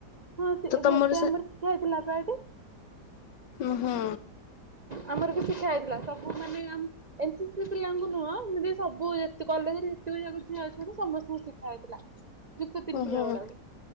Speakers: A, on the right; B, on the left.
A: ହଁ ସେ ଏବେ
B: ତମର
A: ଆମର ଶିଖାାଇଥିଲା ଏଠି।
B: ଓ ହଁ।
A: ଆମର ବି ଶିକ୍ଷା ହେଇଥିଲା ସବୁ ମାନେ ଏନ୍‌ ସିସି ପିଲାଙ୍କୁ ନୁହଁ ମାନେ ସବୁ କଲେଜରେ ଯେତକ ଜାଗ ଯ ଅଛନ୍ତି ସମସ୍ତଙ୍କୁ ଶିଖା ହେଇଥିଲା।
B: <inaudible>
A: ଯୁକ୍ତ ତିନି
B: ହୁଁ
A: ପିଲା ଗୁଡାକୁ